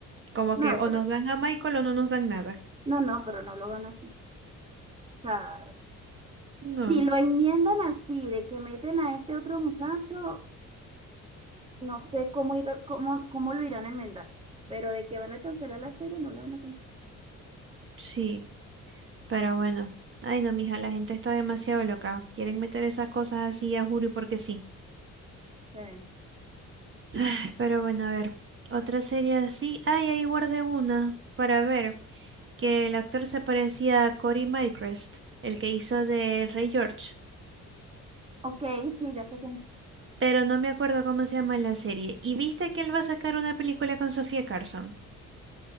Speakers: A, on the right (about 40°); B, on the right (about 20°).
A: Como
B: No,
A: que
B: pero,
A: o nos dan a Michael o no nos dan nada.
B: no, no, pero no lo van a escuchar.
A: No,
B: Si lo enmiendan así, de que meten a este otro muchacho, no sé cómo ir, cómo, cómo lo irán a enmendar. Pero de que van a cancelar la serie, no lo van a cancelar.
A: sí, pero bueno. Ay, no, mija, la gente está demasiado loca. Quieren meter esas cosas así a Juri porque sí.
B: Sí.
A: Ay, Pero bueno, a ver, otra serie así. Ay, ahí guardé una para ver que el actor se parecía a Cory Mycrest, el que hizo de Rey George,
B: Ok, sí, ya sé que
A: pero no me acuerdo cómo se llama la serie. ¿Y viste que él va a sacar una película con Sofía Carson?